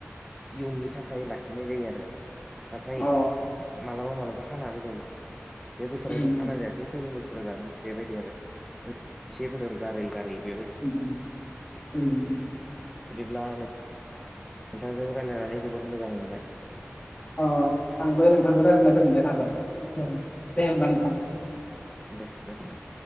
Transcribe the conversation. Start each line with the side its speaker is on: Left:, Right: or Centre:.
Centre: इयुननि थाखाय ला नाय जायो आरो नाथाय
Left: अ
Centre: मालाबा मालाबा खानाबो जायो बे बोसोराव
Left: अ
Centre: जों खाना जायासै फैगोन बोसोराव जागोन बेबायदि आरो से बोसोर गारै गारै <unintelligible>
Left: <inaudible>
Centre: बिदिब्ला नोंथांजों रायलायनानै जोबोर मोजां मोनबाय
Left: अ अ आंबो नोंथांजों रायलायना गोजोननाय थाबाय दे होनबा नोंथां
Centre: दे दोनथ